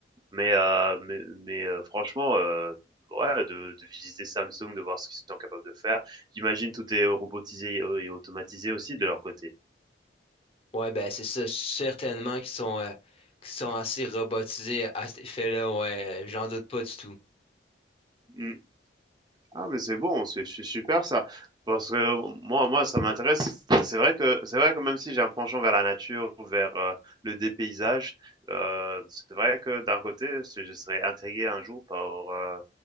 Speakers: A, on the right; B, on the left.
A: mais heu, mais mais heu, franchement, heu, ouais, de de visiter Samsung, de voir ce qu'ils sont capables de faire. J'imagine tout est robotisé et automatisé aussi de leur côté.
B: Ouais, ben c'est ça, certainement qu'ils sont, euh, qu'ils sont assez robotisés à cet effet-là, ouais, j'en doute pas du tout.
A: Mmh. Ah, mais c'est bon, c'est c'est super ça. Parce que euh, moi, moi, ça m'intéresse. C'est vrai que c'est vrai que même si j'ai un penchant vers la nature, vers euh, le dépaysage, euh, c'est vrai que d'un côté, c'est- je serais intrigué un jour par euh,